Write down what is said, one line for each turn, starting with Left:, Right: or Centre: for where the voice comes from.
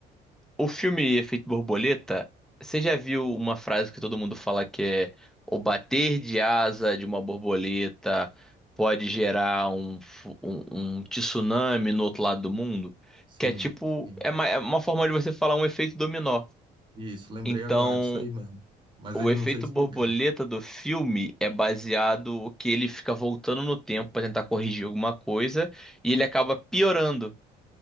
Centre: O filme Efeito Borboleta, você já viu uma frase que todo mundo fala que é o bater de asa de uma borboleta pode gerar um, fu- um, um tsunami no outro lado do mundo?
Right: Sim,
Centre: Que é tipo,
Right: sim.
Centre: é ma- é uma forma de você falar um efeito dominó.
Right: Isso, lembrei
Centre: Então,
Right: agora disso aí mesmo. Mas
Centre: O
Right: ainda
Centre: efeito
Right: não sei explicar.
Centre: borboleta do filme é baseado que ele fica voltando no tempo para tentar corrigir alguma coisa e ele acaba piorando